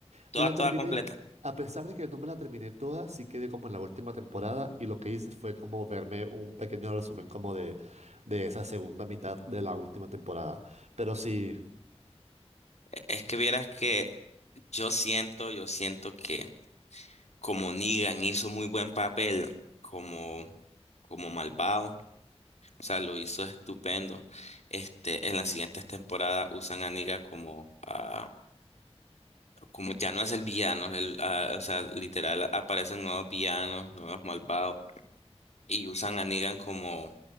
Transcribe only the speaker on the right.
Me la Ah, vale.
terminé,
a pesar de que no me la terminé toda, sí quedé como en la última temporada y lo que hice fue como verme un pequeño resumen como de, de esa segunda mitad de la última temporada. Pero sí,